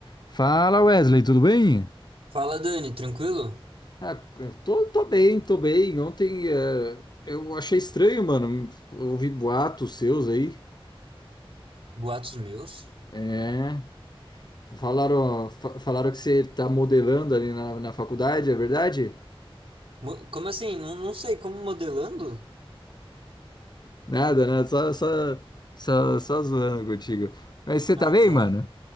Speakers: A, on the left; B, on the right.
A: Fala Wesley, tudo bem?
B: Fala, Dani, tranquilo?
A: Ah, eu tô, tô bem, tô bem. Ontem eh, eu achei estranho, mano. Eu ouvi boatos seus aí.
B: Boatos meus?
A: É. Falaram, fa- falaram que você tá modelando ali na, na faculdade, é verdade?
B: Mo- como assim? Não, não sei, como modelando?
A: Nada, né? Só, só, só, só zoando contigo. Mas você
B: Ah,
A: tá bem,
B: tá.
A: mano?